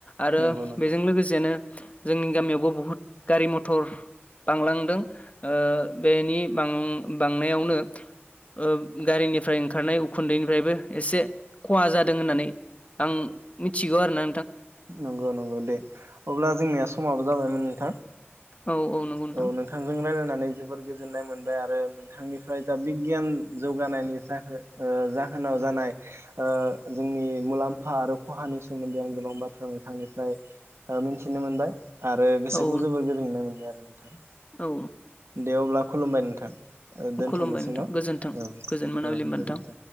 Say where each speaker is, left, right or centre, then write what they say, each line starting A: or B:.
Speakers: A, on the left; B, on the right.
A: आरो
B: नंगौ नंगौ
A: बेजों लोगोसेनो जोंनि गामियावबो बुहुत गारि मथर बांलांदों ओ बेनि बां बांनायावनो ओ गारिनिफ्राय ओंखारनाय उखुन्दैनिफ्रायबो एसे खहा जादों होननानै आं मिथिगौ आरो ना
B: नंगौ नंगौ दे अब्ला जोंनिया समाबो जाबायमोन नोंथां
A: औ नंगौ नोंथां
B: औ नोंथांजों रनायलायनानै जोबोर गोजोननाय मोनबाय आरो नोंथांनिफ्राय जा बिगियान जौगानायनि जा जाहोन नाव जानाय ओ जोंनि मुलाम्फा आरो खहानि सोमोन्दै आं गोबां बाथ्रा नोंथांनिफ्राय मिन्थिनो मोनबाय आरो गोसोखौ
A: औ
B: जोबोर गोजोननाय मोनबाय आरो नोंथां
A: औ
B: दे अब्ला खुलुमबाय नोंथां ओ दोनथ'नोसै
A: खुलुमबाय नोंथां
B: न'
A: गोजोन्थों
B: औ
A: गोजोन मोनाबिलि
B: औ
A: होनबा
B: गोजोन्थों।
A: नोंथां